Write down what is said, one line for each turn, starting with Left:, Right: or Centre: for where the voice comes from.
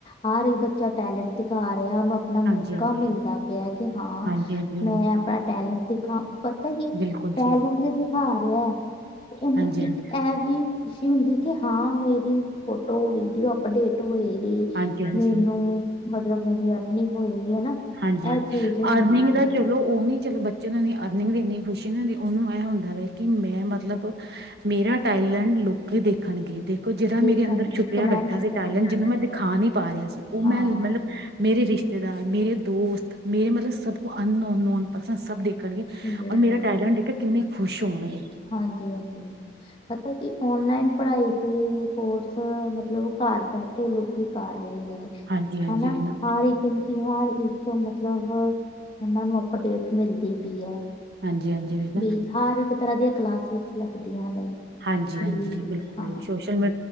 Left: ਹਰ ਇੱਕ ਬੱਚਾ ਟੈਲੈਂਟ ਦਿਖਾ ਰਿਹਾ ਉਹਨੂੰ ਆਪਣਾ
Right: ਹਾਂਜੀ
Left: ਮੌਕਾ
Right: ਹਾਂਜੀ
Left: ਮਿਲਦਾ ਪਿਆ ਕਿ ਹਾਂ
Right: ਹਾਂਜੀ ਹਾਂਜੀ
Left: ਮੈਂ
Right: ਹ
Left: ਆਪਣਾ ਟੈਲੈਂਟ ਦਿਖਾਂ ਪਤਾ ਕੀ
Right: ਬਿਲਕੁਲ
Left: ਟੈਲੈਂਟ
Right: ਜੀ
Left: ਲਈ ਦਿਖਾ ਰਿਹਾ ਉਹਨੂੰ
Right: ਹਾਂਜੀ ਹਾਂਜੀ
Left: ਇੱਕ ਇਹ ਵੀ ਖੁਸ਼ੀ ਹੁੰਦੀ ਕਿ ਹਾਂ ਮੇਰੀ ਫੋਟੋ ਵੀਡੀਓ ਅਪਡੇਟ ਹੋਏਗੀ।
Right: ਹਾਂਜੀ ਹਾਂਜੀ ਹਾਂਜੀ
Left: ਮੈਨੂੰ ਮਤਲਬ ਮੇਰੀ ਅਰਨਿੰਗ ਹੋਏਗੀ ਹਨਾ
Right: ਹਾਂਜੀ ਹਾਂਜੀ
Left: ਇਹ ਚੀਜ਼ ਹੁੰਦੀ
Right: ਅਰਨਿੰਗ ਦਾ
Left: ਹੈ
Right: ਚਲੋ ਉਹ ਨੀ ਚਲੋ ਬੱਚੇ ਨੂੰ ਅਰਨਿੰਗ ਦਿੰਦੀ ਖੁਸ਼ੀ ਨਹੀਂ ਹੁੰਦੀ ਉਹਨੂੰ ਇਹ ਹੁੰਦਾ ਵ ਕਿ ਮੈਂ ਮਤਲਬ ਮੇਰਾ ਟੈਲੈਂਟ ਲੋਕੀ ਦੇਖਣਗੇ ਦੇਖ ਜਿਹੜਾ
Left: ਦੇਖਣਗੇ
Right: ਮੇਰੇ ਅੰਦਰ ਛੁਪਿਆ
Left: ਕਮੈਂਟਸ
Right: ਬੈਠਾ ਸੀ
Left: ਕਰਨਗੇ
Right: ਟਾਇਲੈਂਡ ਜਿਹਨੂੰ ਮੈਂ ਦਿਖਾ ਨੀ ਪਾ ਰਿਹਾ ਸੀ ਉਹ
Left: ਹਾਂ
Right: ਮੈਂ ਮਤਲਬ ਮੇਰੇ ਰਿਸ਼ਤੇਦਾਰ ਮੇਰੇ ਦੋਸਤ ਮੇਰੇ ਮਤਲਬ ਸਭ ਕੁ ਅਨੋ ਨੋਨ ਪਰਸਨ ਸਭ ਦੇ ਹੋਣਗੇ
Left: ਬਿਲਕੁਲ
Right: ਔਰ ਮੇਰਾ ਟੈਲੈਂਟ ਕਿੰਨੇ ਖੁਸ਼ ਹੋਣਗੇ
Left: ਹਾਂਜੀ ਹਾਂਜੀ ਪਤਾ ਕੀ ਓਨਲਾਈਨ ਪੜ੍ਹਾਈ ਤੇ ਕੋਰਸ ਮਤਲਬ ਘਰ ਬੈਠੇ ਲੋਕੀ ਕਰ ਰਹੇ ਨੇ
Right: ਹਾਂਜੀ ਹਾਂਜੀ
Left: ਹਨਾ
Right: ਵੀਰ ਨਾ
Left: ਹਰ ਇੱਕ ਫਿਲਹਾਲ ਇੱਕ ਮਤਲਬ ਉਹਨਾਂ ਨੂੰ ਅਪਡੇਟ ਮਿਲਦੀ ਪਈ ਹੈ
Right: ਹਾਂਜੀ ਹਾਂਜੀ ਵੀਰ ਨਾ
Left: ਵੀ ਹਰ ਇੱਕ ਤਰ੍ਹਾਂ ਦੀਆਂ ਕਲਾਸਸ਼ ਲੱਗਦੀਆਂ ਨੇ
Right: ਹਾਂਜੀ
Left: ਵੀ
Right: ਹਾਂਜੀ ਬਿਲਕੁਲ
Left: ਹਾਂ
Right: ਜੀ ਸੋਸ਼ਲ ਮੀ